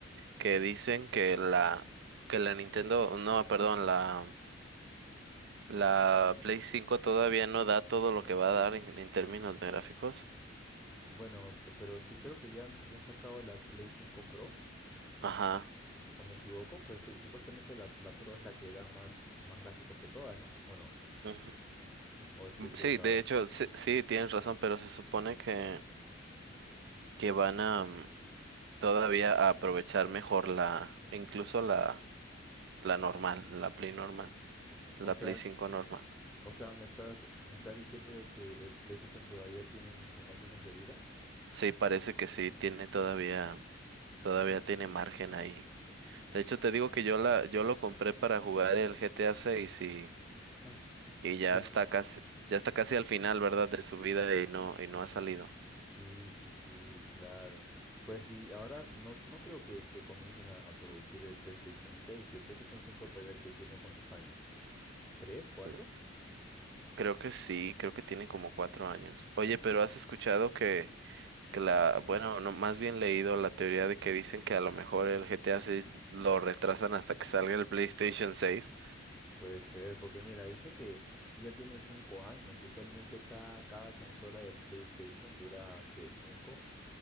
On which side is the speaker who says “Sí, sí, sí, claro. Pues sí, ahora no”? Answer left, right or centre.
Centre